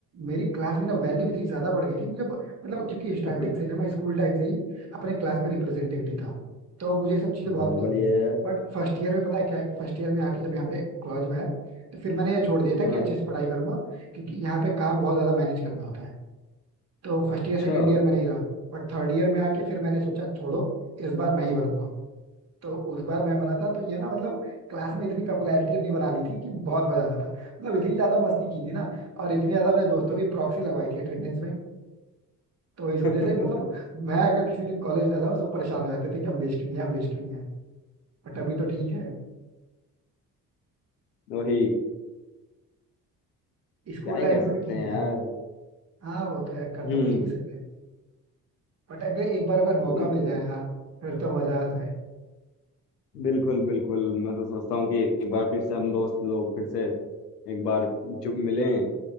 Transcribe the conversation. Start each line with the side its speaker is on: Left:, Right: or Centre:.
Right: मेरी क्लास में ना वैल्यू इतनी ज्यादा बढ़ गई थी मुझे ब- मतलब क्योंकि स्टार्टिंग
Left: <laughs>
Right: से ना मैं स्कूल टाइम से ही अपने क्लास में रिप्रेजेंटेटिव था तो मुझे ये सब चीजें
Left: बहुत
Right: बहुत पसंद
Left: बढ़िया
Right: थी
Left: यार
Right: बट फर्स्ट ईयर में पता है क्या है फर्स्ट ईयर में आके जब यहाँ पे कॉलेज में है तो फिर मैंने ये छोड़ दिया था
Left: हाँ
Right: कि अच्छे से पढ़ाई करूंगा क्योंकि यहाँ पे काम बहुत ज्यादा मैनेज करना होता है तो फर्स्ट
Left: अच्छा
Right: ईयर सेकेंड ईयर में नहीं रहा बट थर्ड ईयर में आके फिर मैंने सोचा छोड़ो इस बार मैं ही बनूंगा तो उस बार मैं बना था तो ये ना मतलब क्लास में इतनी पॉपुलैरिटी अपनी बना ली थी कि बहुत मजा आता था मतलब इतनी ज्यादा मस्ती की थी ना और इतनी ज्यादा अपने दोस्तों की प्रॉक्सी लगवाई थी अटेंडेंस में तो इस वजह
Left: <laughs>
Right: से मतलब मैं अगर किसी दिन कॉलेज ना जाऊँ सब परेशान हो जाते थे कि अमलेश क्यों नहीं है अमलेश क्यों नहीं है बट अभी तो ठीक है
Left: वही
Right: स्कूल
Left: क्या ही
Right: लाइफ
Left: कर
Right: में
Left: सकते
Right: भी ठीक
Left: हैं
Right: है
Left: यार
Right: यार हाँ वो तो यार कर
Left: हम्म
Right: तो कुछ नहीं सकते बट अगर एक बार अगर
Left: वही
Right: मौका मिल
Left: तो
Right: जाए यार फिर तो मजा आ जाए
Left: बिल्कुल बिल्कुल मैं तो सोचता हूँ कि एक बार फिर से हम दोस्त लोग फिर से एक बार जो मिलें